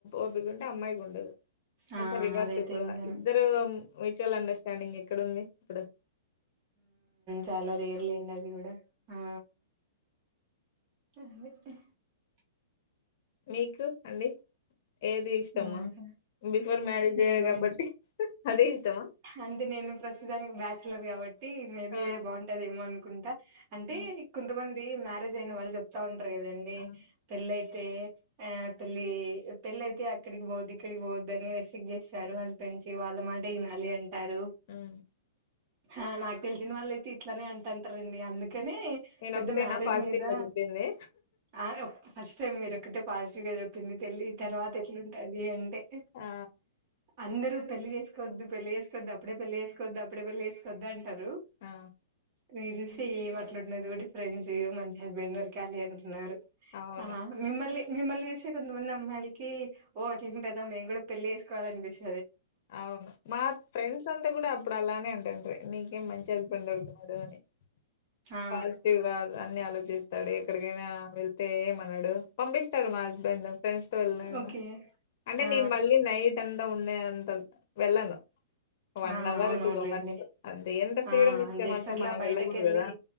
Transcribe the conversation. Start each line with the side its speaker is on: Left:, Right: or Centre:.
Left: ఒపికంట అమ్మాయికి ఉండదు
Right: ఆ
Left: అంతరివారస్
Right: అదైతే
Left: ఇప్పుడు
Right: నిజమే
Left: ఇద్దరు మ్యూచువల్ అండస్ స్టాండింగ్ ఎక్కడ ఉంది ఇప్పుడ
Right: చాలా రేర్ లెండి అది కూడా ఆ హమ్మ <unintelligible>
Left: మీకు అండి ఏది ఇష్టము
Right: నాక
Left: బిఫోర్ మ్యారేజ్
Right: ఏమండి
Left: కాబట్టి అదే ఇష్టమా
Right: అంటే నేను ప్రస్తుతానికి బ్యాచలర్ కాబట్టి మేబీ
Left: ఆ
Right: ఇదే బాగుంటదేమో అను <inaudible> అంటే
Left: ఆ
Right: కొంతమంది మ్యారేజ్ అయిన వాళ్ళ చెప్తా ఉ లేదండి
Left: ఆ,
Right: ప్లే తే ఆ పిలి పేల ఇయితే ఆ ఇక్కడికి పోద్దు ఇక్కడికి పోవద్దు అని రెస్ట్రిక్ చేస్తారు హస్బెండ్ కి వాళ్ళ మాటే వినాలి అంటే సారు
Left: ఉమ్
Right: ఆ నాకు తెలిసిన వాళ్ళుయితే ఇట్లనే అంటుంటారండి అందుక కాని
Left: నేను
Right: పెద్ద
Left: ఒకతేనా
Right: మ్యారేజ్
Left: పాజిటివ్
Right: మీద
Left: గా చెప్పింది
Right: ఆ ఫస్ట్ టైమ్ మీరు ఒకక్కటే పాజివ్ గా చెప్తుంది పెళ్ళి తర్వాత పదింటే
Left: ఆ
Right: అందరు పెళ్లి చేసుకోద్ పెళ్లి చేసుకోద్ అప్పుడే పెళ్లి చేసుకోద్ అప్పుడ పెళ్లి చేసుకోద్ద్ అనే ఎవరు
Left: ఆ
Right: మీరు చూసి ఏమి అట్లా ఉంటన్నదు డిఫరెండ్స్ మంచి <unintelligible> అంటున్నారు
Left: అవును
Right: ఆ మిమ్మల్లి మిమ్మల్ని కొంతమంది అమ్మాయిలకి ఓ <unintelligible> కదా మేము కూడా పెళ్లి చేసుకోవాలనిపిస్తుంది
Left: అవును మా ఫ్రెండ్స్ అంతా కూడా అప్పుడు అలానే అంటండీ <unintelligible> <unintelligible>
Right: ఆ
Left: పాజిటివ్ గా అనీ ఆలో చేస్తాడు ఎక్కడికైనా వెళ్తే ఏమన్నాడు పంపిస్తాడు మా హస్బెండ్ ఫ్రెండ్స్ తో వెళ్ళిన కూడా
Right: ఓకే
Left: అంటే
Right: ఆ
Left: నేను మళ్ళీ నైట్ అంతా ఉండే వెళ్ళను వన్
Right: ఆ
Left: అవర్
Right: అవునవునులేండి
Left: టూ అవర్స్ అంతే ఎంత ఫ్రీడమ్
Right: ఆ
Left: ఇస్తే
Right: చేసినట్లా
Left: మాత్రం మనం
Right: బయటక
Left: వెళ్ళకూడదు
Right: వెళ్ళి
Left: కదా